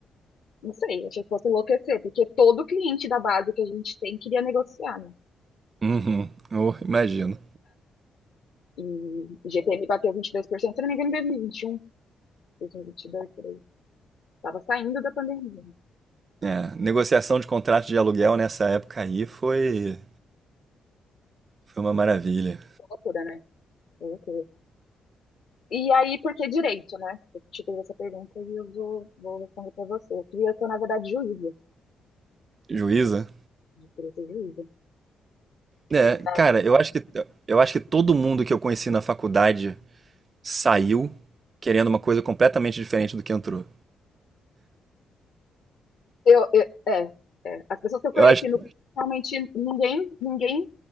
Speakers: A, on the left; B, on the right.
A: não sei, achei que fosse enlouquecer, porque todo cliente da base que a gente tem queria negociar, né?
B: Uhum. Oh, imagino.
A: E GPM bateu 22%, se não me engano, em dois dois mil mil e um, dois mil e vinte um, e 2022, por aí. Tava saindo da pandemia.
B: É, negociação de contrato de aluguel nessa época aí foi, foi uma maravilha.
A: Foi loucura, né? Foi loucura. E aí, por que direito, né? Eu te fiz essa pergunta e eu vou, vou responder pra você. Eu queria ser, na verdade, juíza.
B: Juíza?
A: Eu queria ser juíza.
B: É,
A: E daí,
B: cara, eu acho que eu acho que todo mundo que eu conheci na faculdade saiu querendo uma coisa completamente diferente do que entrou.
A: eu, eu- é, é, as pessoas que eu conheci,
B: Eu acho que
A: no- realmente, ninguém, ninguém